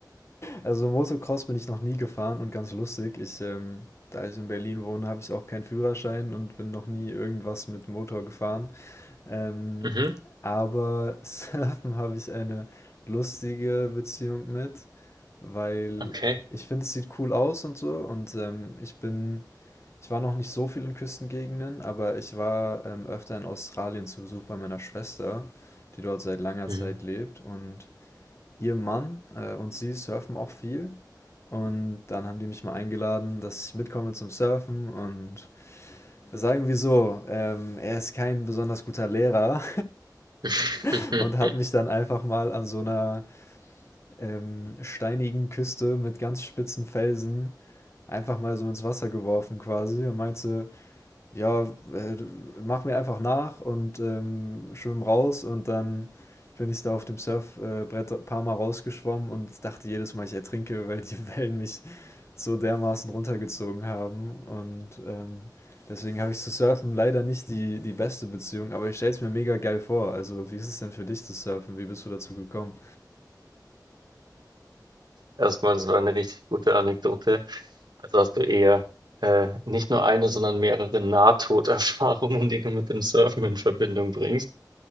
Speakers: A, on the left; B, on the right.
A: also Motocross bin ich noch nie gefahren und ganz lustig, ich, ähm, da ich in Berlin wohne, habe ich auch keinen Führerschein und bin noch nie irgendwas mit Motor gefahren. Ähm,
B: Mhm,
A: aber <laughs> Surfen habe ich eine lustige Beziehung mit, weil
B: okay.
A: ich finde, es sieht cool aus und so und ähm, ich bin Ich war noch nicht so viel in Küstengegenden, aber ich war, ähm, öfter in Australien zu Besuch bei meiner Schwester, die dort seit langer
B: Mhm.
A: Zeit lebt. Und ihr Mann, äh, und sie surfen auch viel. Und dann haben die mich mal eingeladen, dass ich mitkomme zum Surfen. Und sagen wir so, ähm, er ist kein besonders guter Lehrer
B: <laughs>
A: <laughs> und hat mich dann einfach mal an so einer ähm, steinigen Küste mit ganz spitzen Felsen einfach mal so ins Wasser geworfen quasi und meinte: ja, äh, mach mir einfach nach und ähm, schwimm raus und dann bin ich da auf dem Surfbrett ein paar Mal rausgeschwommen und dachte jedes Mal, ich ertrinke, weil die Wellen mich so dermaßen runtergezogen haben. Und ähm, deswegen habe ich zu Surfen leider nicht die, die beste Beziehung, aber ich stelle es mir mega geil vor. Also, wie ist es denn für dich zu surfen? Wie bist du dazu gekommen?
B: Erstmal, das war eine richtig gute Anekdote. Also hast du eher äh, nicht nur eine, sondern mehrere Nahtoderfahrungen, die du mit dem Surfen in Verbindung bringst.